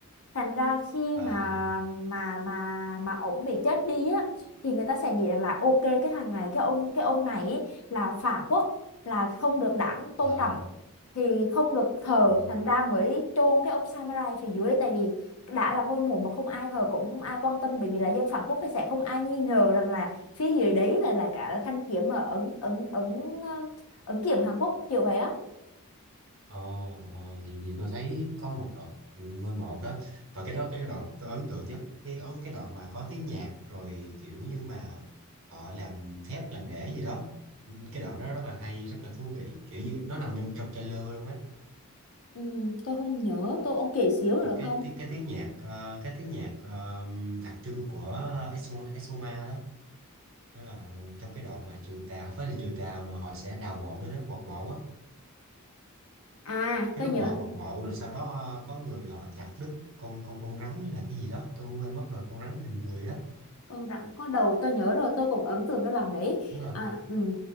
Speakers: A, on the left (about 75°); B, on the right (about 60°).
A: thành ra khi
B: à
A: mà mà mà mà ổng bị chết đi á thì người ta sẽ nghĩ rằng là ok cái thằng này cái ông cái ông này ý là phản quốc là không được đảng tôn
B: ờ
A: trọng thì không được thờ
B: ừ.
A: thành ra mới chôn cái ông samurai phía dưới tại vì đã là ngôi mộ mà không ai thờ cũng không ai quan tâm bởi vì là dân phản quốc thì sẽ không ai nghi ngờ rằng là phía dưới đấy là là cả thanh kiếm mà ấn ấn ấn um, ấn kiếm Hàn Quốc kiểu vậy á
B: ờ ờ, thì, thì tôi thấy có một đoạn ngôi mộ đó và cái đó cái đoạn tôi ấn tượng nhất cái ấn cái đoạn mà có tiếng nhạc rồi kiểu như mà họ làm phép làm để gì đó cái đoạn đó rất là hay rất là thú vị kiểu như nó nằm trong trong trailer luôn á
A: ừ, tôi không nhớ tôi ông kể xíu được
B: cái cái
A: không
B: cái cái tiếng nhạc ờ, cái tiếng nhạc ờ, đặc trưng của Exuma, Exuma đó đó là trong cái đoạn mà trừ tà không phải là trừ tà mà họ sẽ đào mộ đấy đó quật mộ á
A: à
B: cái
A: tôi
B: lúc
A: nhớ
B: mà họ quật mộ rồi sau đó ờ, có người họ chặt đứt con con con rắn hay là cái gì đó tôi quên mất rồi con rắn hình người đó
A: con rắn có đầu tôi nhớ rồi tôi cũng ấn tượng cái đoàn đấy
B: đúng rồi
A: à, ừ.